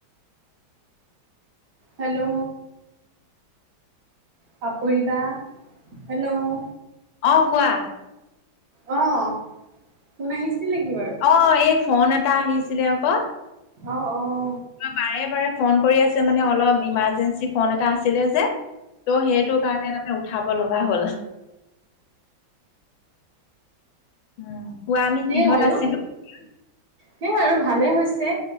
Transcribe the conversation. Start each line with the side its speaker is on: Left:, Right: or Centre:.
Right: হেল্ল'! পাপৰি বা হেল্ল'!
Left: অ কোৱা।
Right: অঁ ফোন আহিছিল নেকি বাৰু?
Left: অ এই ফোন এটা আহিছিলে আক।
Right: অ অহ
Left: বাৰে বাৰে ফোন কৰি আছে মানে অলপ ইমাৰ্জেঞ্চি ফোন এটা আছিলে যে ত' সেইটো কাৰণে মানে উঠাব লগা হ'ল। উম কোৱা আমি
Right: সেইয়াই
Left: কিহত
Right: আৰু।
Left: <unintelligible>
Right: সেই আৰু ভালে হৈছে